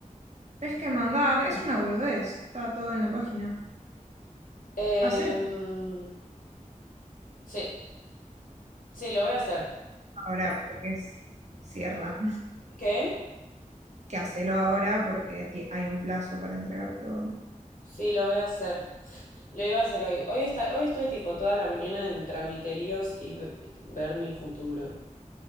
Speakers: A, on the right (about 55°); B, on the left (about 80°).
A: Es que mandar, es una boludez. Está todo en la página.
B: Em,
A: Hacer
B: sí, sí, lo voy a hacer.
A: ahora, porque es- cierra.
B: ¿Qué?
A: que hacelo ahora porque ti- hay un plazo para entregar todo.
B: Sí, lo voy a hacer. Lo iba a hacer hoy. Hoy está, hoy estuve tipo toda la mañana en tramiteríos y ve- ver mi futuro.